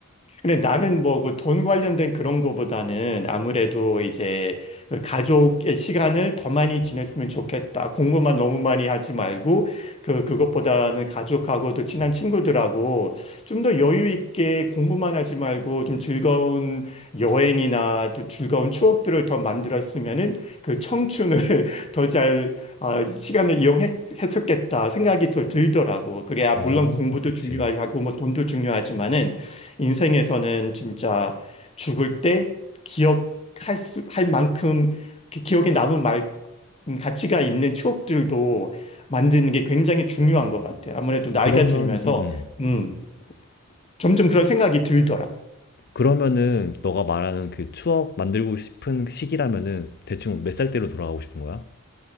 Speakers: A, on the left (about 30°); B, on the left (about 45°).
A: 근데 나는 뭐 그 돈 관련된 그런 거보다는 아무래도 이제 그 가족의 시간을 더 많이 지냈으면 좋겠다. 공부만 너무 많이 하지 말고 그 그것보다는 가족하고도 친한 친구들하고 좀 더 여유 있게 공부만 하지 말고 좀 즐거운 여행이나 또 즐거운 추억들을 더 만들었으면은 그 청춘을 <laughs> 더 잘 아, 시간을 이용했었겠다 생각이 더 들더라고. 그게 아,
B: 어,
A: 물론 공부도
B: 그치.
A: 중요하고 뭐 돈도 중요하지만은 인생에서는 진짜 죽을 때 기억할 수, 할 만큼 그 기억에 남은 말, 음, 가치가 있는 추억들도 만드는 게 굉장히 중요한 것 같아요. 아무래도 나이가
B: 그러면,
A: 들면서,
B: 음, 음.
A: 음, 점점 그런 생각이 들더라고요.
B: 그러면은 너가 말하는 그 추억 만들고 싶은 시기라면은 대충 몇 살 때로 돌아가고 싶은 거야?